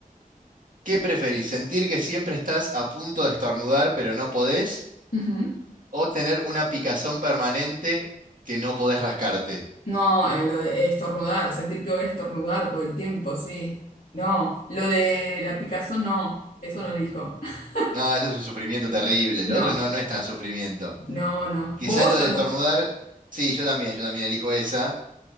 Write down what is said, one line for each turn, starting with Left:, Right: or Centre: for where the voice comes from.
Right: ¿Qué preferís? ¿Sentir que siempre estás a punto de estornudar pero no podés?
Left: Ujú.
Right: ¿O tener una picazón permanente que no podés rascarte?
Left: No, eh, lo de estornudar, sentir que voy a estornudar todo el tiempo, sí. No, lo de la picazón, no, eso no elijo. <laughs>
Right: No, ese es un sufrimiento terrible.
Left: No,
Right: Lo otro no, no es tan sufrimiento.
Left: no, no.
Right: Quizás
Left: Vos,
Right: lo
Left: ta-
Right: de estornudar,
Left: vo-
Right: sí, yo también, yo también elijo esa.